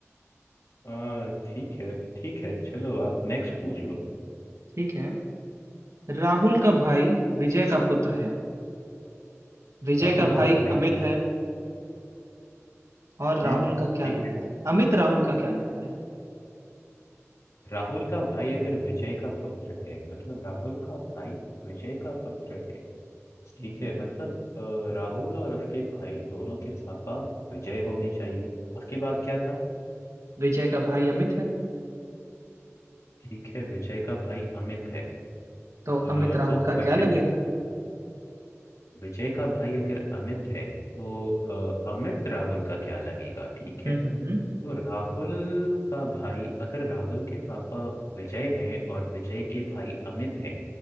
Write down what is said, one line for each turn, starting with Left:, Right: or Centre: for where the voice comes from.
Left: हाँ, ठीक है, ठीक है। चलो आप नेक्स्ट पूछ लो।
Right: ठीक है राहुल का भाई विजय का पुत्र है विजय
Left: राहुल
Right: का भाई
Left: का भाई
Right: अमित है और राहुल
Left: हुँ,
Right: का क्या
Left: ठीक
Right: लगता है अमित राहुल का क्या लगता है
Left: राहुल का भाई अगर विजय का पुत्र है मतलब राहुल का भाई विजय का पुत्र है ठीक
Right: हम्म
Left: है मतलब अ, राहुल और उसके भाई दोनों के पापा विजय होने चाहिए उसके बाद क्या था
Right: विजय का भाई अमित है
Left: ठीक है विजय का भाई अमित है
Right: तो
Left: अ,
Right: अमित राहुल
Left: तो क्वेश्चन
Right: का क्या लगेगा
Left: क्या है विजय का भाई अगर अमित है तो अ, अमित राहुल का क्या लगेगा ठीक
Right: हम्म
Left: है
Right: हम्म,
Left: तो राहुल का भाई अगर राहुल के पापा विजय हैं और विजय के भाई अमित हैं